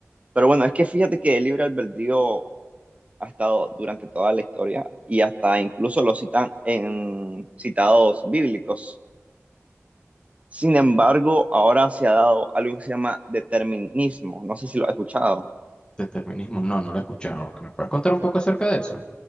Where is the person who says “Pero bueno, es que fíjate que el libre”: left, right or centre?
Right